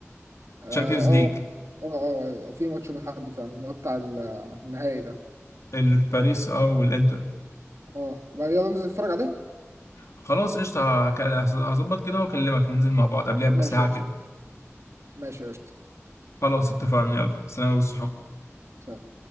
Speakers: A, on the right; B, on the left.
A: اه
B: تشامبيونز
A: اه
B: ليج
A: اه آه، في ماتش من حد فعلا اللي هو بتاع ال- النهائي ده
B: الباريس اه والانتر
A: اه يلا ننزل نتفرج عليه
B: خلاص قشطة هك- هظبط كده واكلمك ننزل مع بعض قبلها بساعة
A: ماشي يا قشطة
B: كده
A: ماشي يا قشطة
B: خلاص اتفقنا يلا سلام والصحاب
A: سلام.